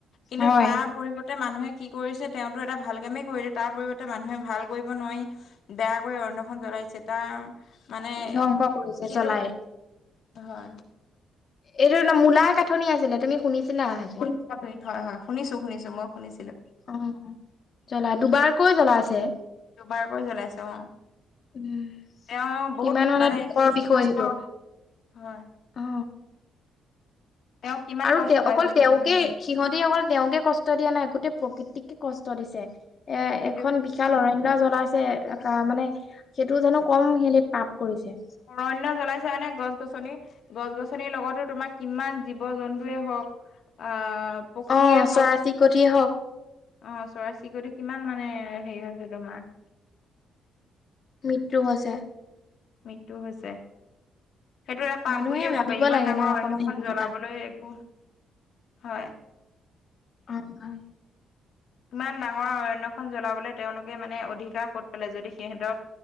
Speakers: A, on the left; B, on the left.
A: কিন্তু
B: হয়
A: তাৰ পৰিৱৰ্তে মানুহে কি কৰিছে? তেওঁটো এটা ভাল কামে কৰিলে তাৰ পৰিৱৰ্ত- ত মানুহে ভাল কৰিব নোৱাৰি বেয়া কৰি অৰণ্যখন জ্বলাই দিছে। তাৰ মানে
B: ধ্বংস কৰিছে
A: সেইটো
B: জ্বলাই।
A: হয়।
B: এইটো ন মূলাই কাঠনি আছিলে তুমি শুনিছিলা ছাগে।
A: বাপৰে হয় হয় শুনিছো শুনিছো মই শুনিছিলো।
B: অ জ্বলা দুবাৰকৈ জ্বলাইছে।
A: দুবাৰকৈ জ্বলাইছে অ।
B: উম,
A: তেওঁ বহুত
B: কিমান মানে দুখৰ
A: কিমান
B: বিষয়
A: কষ্ট
B: সেইটো,
A: হয়
B: অ।
A: তেওঁ কিমান
B: আৰু
A: কষ্ট পাইছে
B: অকল তেওঁকে
A: সেইটো কাৰণে
B: সিহঁতি অকল তেওঁকে, কষ্ট দিয়া নাই গোটেই প্ৰকৃতিকে কষ্ট দিছে। এ,
A: প্ৰকৃতিও
B: এখন বিশাল অৰণ্য জ্বলাইছে। অ মানে সেইটো জানো কম সিহঁতি পাপ কৰিছে।
A: অৰণ্য জ্বলাইছে মানে গছ-গছনি গছ-গছনিৰ লগতো তোমাৰ কিমান জীৱ জন্তুৱে হওক, আব- পক্ষীয়ে
B: অ চৰাই
A: হওক।
B: চিৰিকটিয়ে হওক
A: অ চৰাই-চিৰিকটি কিমান মানে হেৰি হৈছে তোমাৰ।
B: মৃত্যু হৈছে।
A: মৃত্যু হৈছে। সেইটো এটা পাপ
B: মানুহে
A: বুলিয়ে
B: ভাবিব
A: কব পাৰি ইমান
B: লাগে
A: ডাঙৰ
B: ন
A: অৰণ্যখন
B: অকমান সেইবোৰ
A: জ্বলাবলৈ
B: কথা।
A: একো হয়।
B: অ হয়।
A: ইমান ডাঙৰ অৰণ্যখন জ্বলাবলৈ তেওঁলোকে মানে অধিকাৰ ক'ত পেলাই যদি সিহেঁতৰ